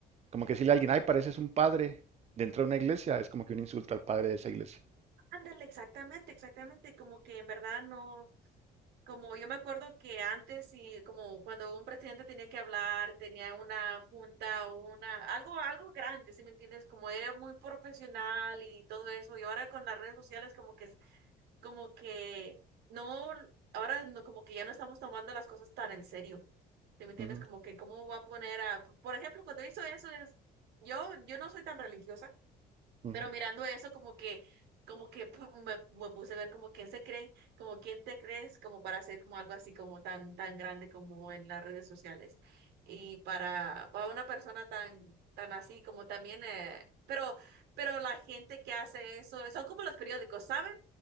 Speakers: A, on the right; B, on the right.
A: como que decirle a alguien, ay, pareces un padre dentro de una iglesia, es como que un insulto al padre de esa iglesia.
B: ándale, exactamente, exactamente, como que en verdad no, como yo me acuerdo que antes y como cuando un presidente tenía que hablar, tenía una junta o una, algo, algo grande, si me entiendes? Como era muy profesional y todo eso, y ahora con las redes sociales como que como que no, ahora no, como que ya no estamos tomando las cosas tan en serio. ¿Sí me entiendes?
A: Ujú,
B: Como que cómo va a poner a, por ejemplo, cuando hizo eso es, yo, yo no soy tan religiosa,
A: ujú,
B: pero mirando eso como que, como que pu- me, me puse a ver como quién se cree, como quién te crees, como para hacer como algo así como tan, tan grande como en las redes sociales. Y para, para una persona tan, tan así como también, eh, pero, pero la gente que hace eso, son como los periódicos, ¿saben?